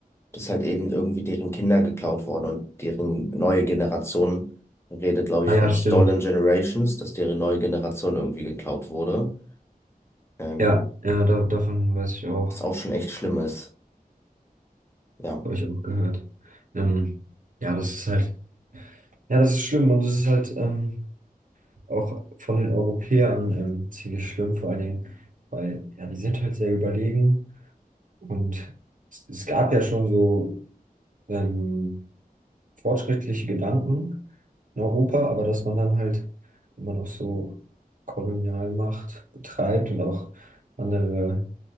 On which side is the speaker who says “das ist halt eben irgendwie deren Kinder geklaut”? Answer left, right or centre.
Left